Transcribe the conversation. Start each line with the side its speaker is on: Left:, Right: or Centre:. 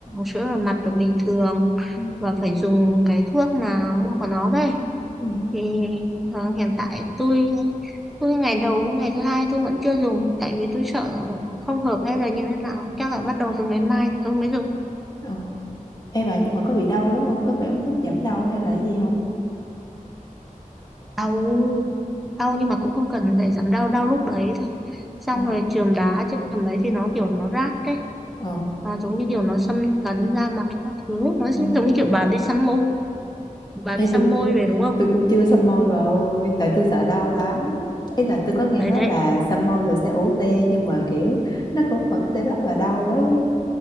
Centre: sữa rửa mặt được bình thường
Left: ừ,
Centre: và phải dùng cái thuốc mà mua của nó đây.
Left: ừ,
Centre: thì ờ, hiện tại tôi tôi ngày đầu ngày thứ hai tôi vẫn chưa dùng tại vì tôi sợ không hợp hay là như thế nào chắc là bắt đầu từ ngày mai thì tôi mới dùng
Left: ờ Ê bà nhưng mà có bị đau lắm không có phải uống thuốc giảm đau hay là cái gì không
Centre: đau đau nhưng mà cũng không cần phải giảm đau đau lúc đấy thôi xong
Left: ờ
Centre: rồi chườm đá chườm ấy thì nó kiểu nó rát đấy
Left: ờ
Centre: nó giống như kiểu nó xâm lấn da mặt các thứ nó giống
Left: ờ
Centre: như kiểu bà đi xăm môi bà
Left: Ê
Centre: đi xăm
Left: tôi
Centre: môi về đúng không
Left: tôi cũng chưa xăm môi bà ơi tại tôi sợ đau lắm ý là tôi có nghe
Centre: đấy
Left: nói
Centre: đấy
Left: là xăm môi là sẽ ủ tê nhưng mà kiểu nó cũng vẫn sẽ rất là đau ấy